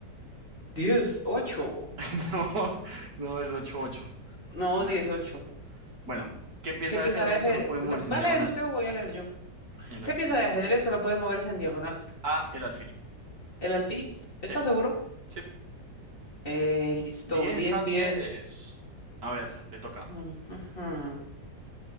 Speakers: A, on the left; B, on the right.
A: 10, 8.
B: <laughs> No, no, es 8-8.
A: No,
B: Es malas.
A: 18.
B: Bueno, ¿qué pieza
A: ¿Qué pieza
B: de ajedrez
A: de ajedrez?
B: solo puede
A: ¿Va
B: moverse en diagonal?
A: a leer usted o voy a leer yo?
B: El
A: ¿Qué
B: alfil.
A: pieza de ajedrez solo puede moverse en diagonal?
B: A, el alfil.
A: ¿El alfil? ¿Está
B: Sí,
A: seguro?
B: sí.
A: Eh, listo,
B: 10
A: Diez,
B: a
A: diez.
B: 10. A ver, le toca.
A: Mm, ujú.